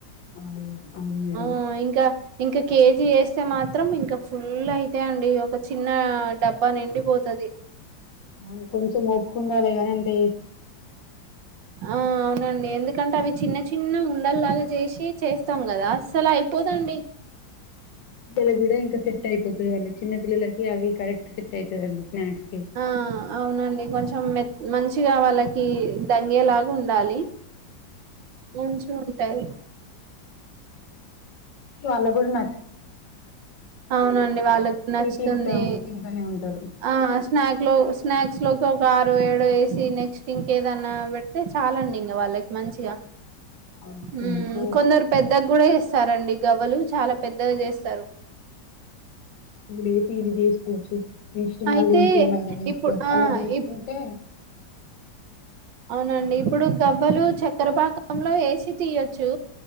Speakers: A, on the left (about 70°); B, on the right (about 75°).
A: అవును అవును మేడం
B: ఆ ఇంకా ఇంకా కేజీ ఏస్ స్తే మాత్రం ఇంక ఫుల్ అయితాయండి ఒక చిన్న డబ్బా నిండిపోతది.
A: అవును కొంచెం ఓపికున్నాలె గాని అంటే
B: ఆ అవునండి ఎందుకంటే అవి చిన్న చిన్న ఉండల్లాగ చేసి చేస్తాం కదా అస్సల్ అయిపోదండి
A: పిల్లల్కూడ ఇంక సెట్ అయిపోద్ది వాళ్ళ చిన్న పిల్లలకి అవి కరెక్ట్ సెట్ అయితదండి స్నాక్స్ కి
B: ఆ అవునండి కొంచెం మె మంచి చ్చిగా వాళ్ళకి దంగేలాగా ఉండాలి మంచిగా ఉంటాయి
A: అలాగ గురి నా
B: అవునండి వాళ్ళకి నచ్చుతుంది
A: తింటా తింటనే ఉంటారు
B: ఆ స్నాక్ లో స్నాక్ నక్ లో ఒక ఆరు ఏడ వేసి నెక్స్ట్ ఇంకేదన్నా పెడితే చాలా అండి ఇంకా వాళ్ళకి మంచిగా
A: అవును
B: ఉ
A: రోజు
B: కొందరు పెద్దగా కూడా చేస్తారండి గవలు చాలా పెద్దగా చేస్తారు
A: డేసి ఇది చేసుకోవచ్చు నెక్స్ట్
B: అయితే
A: మళ్ళీ ఇంకేమైనా చేసుకోవచ్చు
B: ఇప్పుడు ఆ
A: అలా చేసుకుంటే
B: ఇప్ అవునండి ఇప్పుడు గవ్వలు చక్కెరపాకంలో ఏసి తీయచ్చు